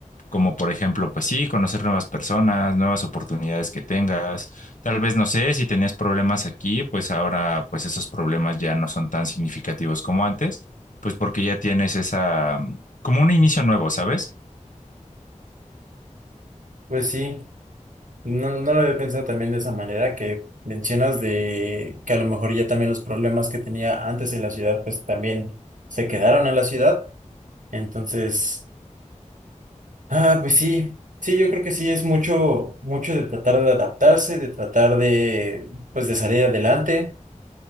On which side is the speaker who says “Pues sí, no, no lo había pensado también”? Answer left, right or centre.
Right